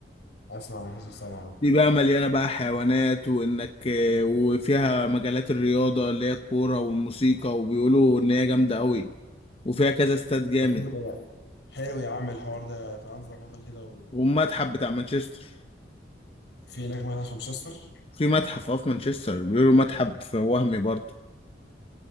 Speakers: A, on the left (about 80°); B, on the left (about 30°).
A: اسمع عن القصص طبعا
B: دي بقى مليانة بقى حيوانات وإنك وفيها مجالات الرياضة اللي هي الكورة والموسيقى وبيقولوا إن هي جامدة قوي وفيها كذا استاد جامد
A: طب حلو ده. حلو يا عم الحوار ده تعال نظبطها كده و...
B: والمتحف بتاع مانشستر
A: في هناك معانا 15
B: في متحف اه في مانشستر بيقولوا متحف وهمي برضه